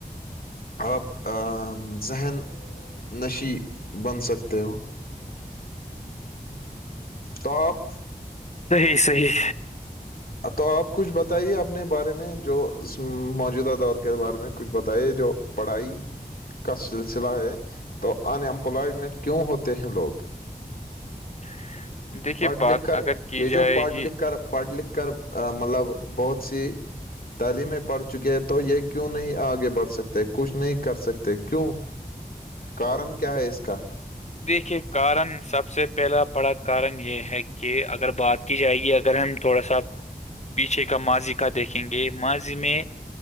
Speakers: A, on the left; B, on the left.
A: آپ ذہن نشی بن سکتے ہو
B: <unintelligible>
A: توٹپ
B: صحیح صحیح
A: تو آپ کچھ بتائیے اپنے بارے میں جو موجودہ دور کے بارے میں کچھ بتائیے جو پڑھائی کا سلسلہ ہے تو انمپلائمنٹ کیوں ہوتے ہیں لوگ
B: <inaudible> دیکھیے
A: پڑھ
B: بات
A: لکھ کر
B: اگر کی
A: یہ
B: جائے
A: جو پڑھ
B: گی
A: لکھ کر پڑھ لکھ ر مطلب بہت سی تعلیمیں پڑھ چکے ہے تو یہ کیوں نہیں آگے بڑھ سکتے کچھ نہیں کر سکتے کیوں
B: <inaudible>
A: کارن کیا ہے اسس کاا
B: دیکھیے کارن سب سے پہلا بڑا کارن یہ ہے کہ اگر بات کی جائے گی اگر ہم تھوڑا سا پیچھے کا ماضی کا دیکھیں گے ماضی میں